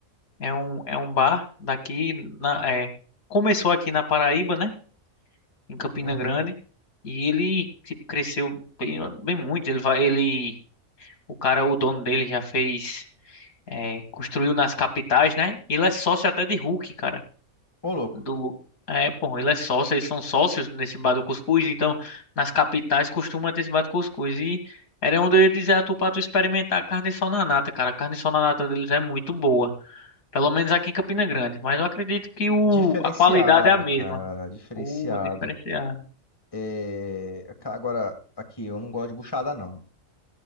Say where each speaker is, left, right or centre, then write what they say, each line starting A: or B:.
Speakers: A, on the left; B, on the left.
A: é um, é um bar daqui, na, é, começou aqui na Paraíba, né, em Campina
B: Uhum.
A: Grande, e ele tipo, cresceu bem, bem muito. Ele vai, ele, o cara, o dono dele já fez, é, construiu nas capitais, né, ele é sócio até de Hulk, cara.
B: Ô, louco.
A: do. É, pô, ele é sócio, eles são sócios nesse bar do Cuscuz, então nas capitais costuma ter esse bar do Cuscuz. E era onde eu ia dizer a tu pra tu experimentar a carne sol na nata, cara. A carne sol na nata deles é muito boa. Pelo menos aqui em Campina Grande, mas eu acredito que o,
B: Diferenciado,
A: a qualidade é a mesma.
B: cara, diferenciado.
A: O diferenciado.
B: É, ca- Agora, aqui, eu não gosto de buchada, não.